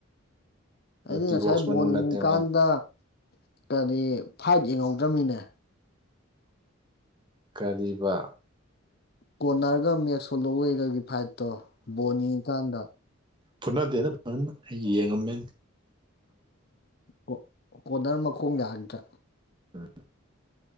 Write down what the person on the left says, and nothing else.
ꯑꯩꯅ
ꯉꯁꯥꯏ
ꯕꯣꯜ
ꯌꯦꯡꯉꯤꯀꯥꯟꯗ
ꯀꯔꯤ ꯐꯥꯏꯠ ꯌꯦꯡꯍꯧꯗ꯭ꯔꯕꯃꯤꯅꯦ
ꯀꯣꯔꯅꯔꯒ ꯃꯦꯛ ꯁꯣꯂꯣꯋꯦꯒꯒꯤ ꯐꯥꯏꯠꯇꯣ ꯕꯣꯜꯅꯤꯀꯥꯟꯗ
ꯑꯣ ꯀꯣꯗꯔ ꯃꯈꯣꯡ ꯌꯥꯒꯗ꯭ꯔꯥ